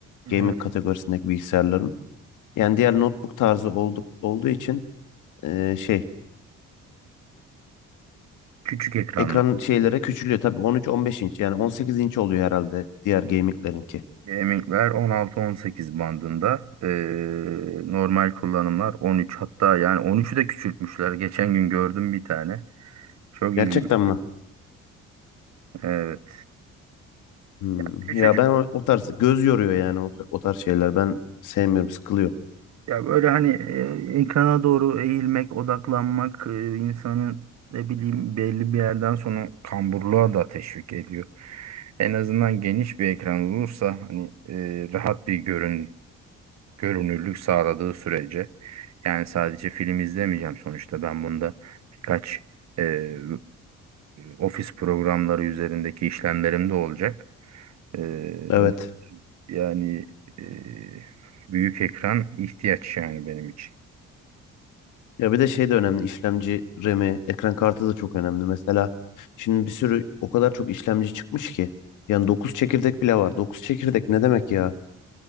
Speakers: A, on the right; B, on the left.
A: evet,
B: Gaming kategorisindeki bilgisayarların. Yani diğer notebook tarzı olduk, olduğu için e, şey
A: küçük ekranlı
B: ekran şeylere küçülüyor. Tabii 13-15 inç yani 18 inç oluyor herhalde diğer gaming'lerinki.
A: Gaming'ler 16-18 bandında. Ee, normal kullanımlar 13 hatta yani 13'ü de küçültmüşler. Geçen gün gördüm bir tane. Çok ilginç.
B: Gerçekten mi?
A: Evet.
B: Hmm.
A: Küçücük.
B: Ya ben o, o tarz göz yoruyor yani o, o tarz şeyler. Ben sevmiyorum, sıkılıyor.
A: Ya böyle hani e, ekrana doğru eğilmek, odaklanmak e, insanı ne bileyim belli bir yerden sonra kamburluğa da teşvik ediyor. En azından geniş bir ekran olursa hani e, rahat bir görün. görünürlük sağladığı sürece yani sadece film izlemeyeceğim sonuçta ben bunda birkaç e, e, ofis programları üzerindeki işlemlerim de olacak. E,
B: Evet.
A: o- yani e, büyük ekran ihtiyaç yani benim için.
B: Ya bir de şey de önemli. işlemci RAM'i, ekran kartı da çok önemli. Mesela şimdi bir sürü o kadar çok işlemci çıkmış ki. Yani dokuz çekirdek bile var. dokuz çekirdek ne demek ya?